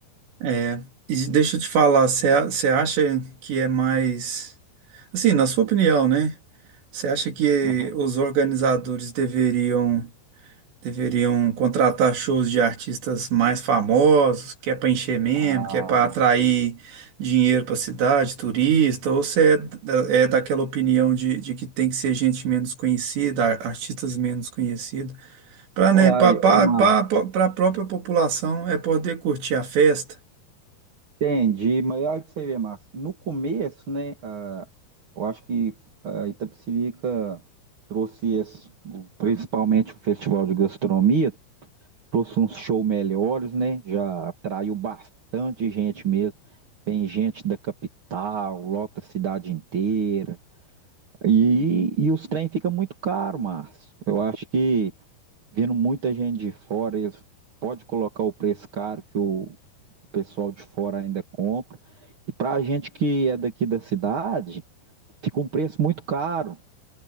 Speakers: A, on the right; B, on the right.
A: É, e deixa eu te falar, você a- você acha que é mais. Assim, na sua opinião, né? Você acha que
B: Aham.
A: os organizadores deveriam. Deveriam contratar shows de artistas mais famosos, que é para encher mesmo,
B: Ah,
A: que é para atrair dinheiro para a cidade, turista, ou você é, da- é daquela opinião de, de que tem que ser gente menos conhecida, ar- artistas menos conhecidos, para
B: uai,
A: né, para
B: ô, Márcio.
A: a própria população é poder curtir a festa.
B: Entendi, mas olha pra você ver, Márcio. No começo, né, ah, eu acho que a Itapecerica trouxe, esse- principalmente o Festival de Gastronomia, trouxe uns shows melhores, né, já atraiu bastante gente mesmo. Vem gente da capital, lota a cidade inteira. E, e os trem ficam muito caro, Márcio. Eu acho que, vindo muita gente de fora, eles podem colocar o preço caro que o o pessoal de fora ainda compra. E para a gente que é daqui da cidade, fica um preço muito caro.